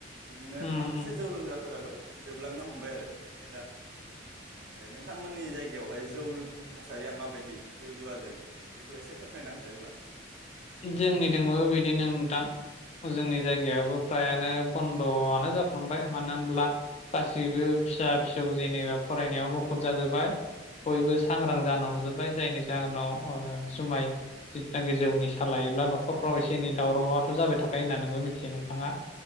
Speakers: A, on the right; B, on the left.
A: बिदिनो
B: उम
A: माखासे जौ लोंग्राफोराबो जोबलांनो हमबाय आरो ओमफ्राय दा ओमफ्राय नोंथांमोननि जायगायावहाय जौनि थासारिया माबायदि जौ जुवाजों बेखौ एसे फोरमायना होदो अब्ला
B: जोंनिजोंबो बिदिनो नोंथां जोंनि जायगायावबो फ्रायानो बन्द'आनो जाफ्लांबाय मानो होन गासैबो फिसा फिसौ जेनेबा फरायनायाव मुखुब जाजोबबाय बयबो
A: औ
B: सांग्रां जाना हजोब्बाय जायनि जाहोनाव ओ जुमाय <unintelligible> फसा लायोब्ला न'खरफ्राव एसे एन दावरावआथ' जाबाय थाखायो होनना नोंबो मिथियो नोंथाङा